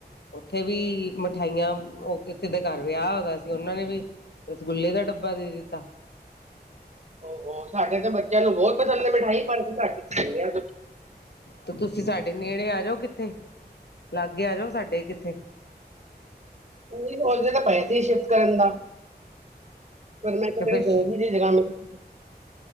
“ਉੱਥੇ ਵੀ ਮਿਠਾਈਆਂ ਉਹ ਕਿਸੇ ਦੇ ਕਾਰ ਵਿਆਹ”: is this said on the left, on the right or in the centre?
Left